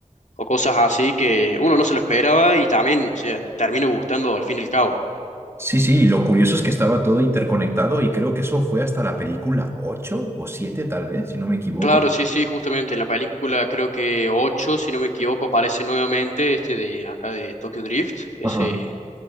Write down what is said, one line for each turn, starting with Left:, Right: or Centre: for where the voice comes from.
Left: o cosas así que uno no se lo esperaba y también, o sea, termina gustando al fin y al cabo.
Right: Sí, sí, y lo curioso es que estaba todo interconectado y creo que eso fue hasta la película 8 o 7 tal vez, si no me equivoco.
Left: Claro, sí, sí, justamente en la película creo que 8, si no me equivoco, aparece nuevamente este de acá de Tokyo Drift, ese,
Right: Ajá.